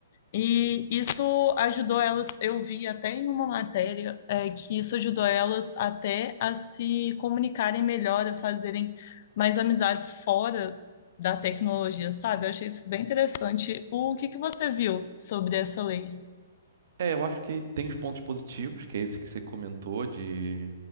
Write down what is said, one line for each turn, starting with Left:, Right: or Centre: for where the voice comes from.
Left: E isso ajudou elas, eu vi até em uma matéria, é, que isso ajudou elas até a se comunicarem melhor, a fazerem mais amizades fora da tecnologia, sabe? Eu achei isso bem interessante. O que que você viu sobre essa lei?
Right: É, eu acho que tem os pontos positivos, que é esse que você comentou, de